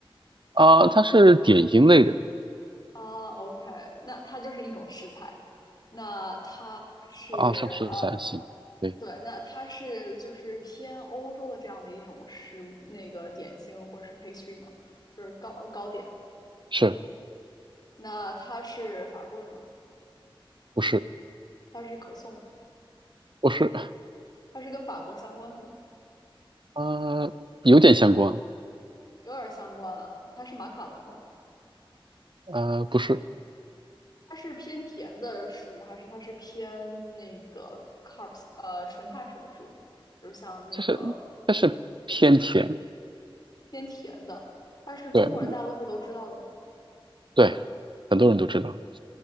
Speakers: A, on the right (about 60°); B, on the left (about 45°).
A: 啊、它是点心类的
B: <laughs> 啊，OK，那它就是一种食材。那它是嗯，
A: 啊，像食材。行，对，
B: 对，那它是就是偏欧洲的这样的一种食那个点心或者是 pastry 吗？就是糕糕点。
A: 是
B: 那它是法棍吗？
A: 不是？
B: 它是可颂吗？
A: 不是，
B: 它是跟法国相关的吗？
A: 呃，有点相关，
B: 有点儿相关啊。它是马卡龙吗？
A: 呃，不是，
B: 它是偏甜的食物，还是它是偏那个 carbs 呃纯碳水的植物？就是像那个
A: 就是但是偏甜。
B: 偏甜的，它是中国人大多数都知道的吗？
A: 对。对，很多人都知道，
B: 嗯，